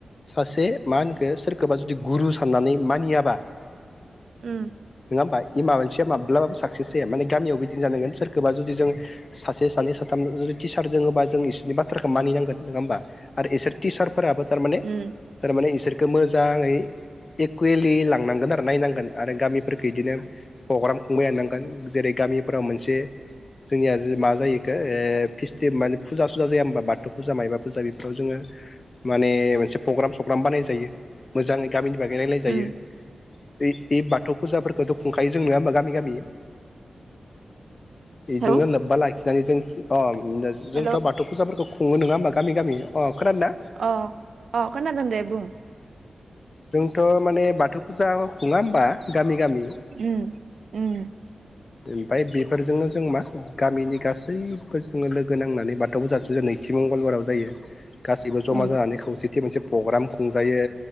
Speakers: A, on the left; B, on the right.
A: सासे मा होनखो सोरखौबा जुदि गुरु साननानै मानियाबा
B: उम।
A: नङा होनबा ए मा मानसिया माब्लाबाबो साक्सेस जाया माने गामियाव बिदिनो जानांगोन सोरखौबा जुदि जों सासे, सानै, साथाम जुदि टिसार दोङोबा जों इसोरनि बाथ्राखौ मानिनांगोन नङा होमब्ला आरो इसोर टिसार फोराबो थारमाने
B: उम
A: थारमाने इसोरखौ मोजाङै एकुवेलि लांनांगोन दा नायनांगोन आरो गामिफोरखौ इदिनो प्र'ग्राम खुंबाय थानांगोन जेरै गामिफोराव मोनसे जोंनिया जो मा जायो एखो ओ फेस्टिभ माने फुजा-सुजा जाया होमबा बाथौ फुजा मायबा फुजा बेफोराव जोङो माने मोनसे प्रग्राम-सग्राम बानाय जायो मोजाङै गामिनि बागै रायलाय
B: उम
A: जायो । ऐ ऐ बाथौ फुजाफोरखौथ' खुंखायो जों नङा होमबा गामि गामि? बेजोंनो
B: हेलौ
A: लोब्बा लाखिनानै जों अ
B: हेलौ
A: जोंथ' बाथौ फुजाफोरखौ खुङो नङा होमबा गामि गामि अ खोनादों ना
B: अ अ खोनादों दे बुं
A: जोंथ' माने बाथौ फुजा खुङा होमबा गामि गामि
B: उम उम।
A: ओमफ्राय बेफोरजोंनो जों मा गामिनि गासैबो जोङो लोगो नांनानै बाथौ गोजा सुजान होयो। काथि मंगलबाराव जायो गासैबो
B: उम
A: जमा जानानै खौसेथि मोनसे प्र'ग्राम खुंजायो।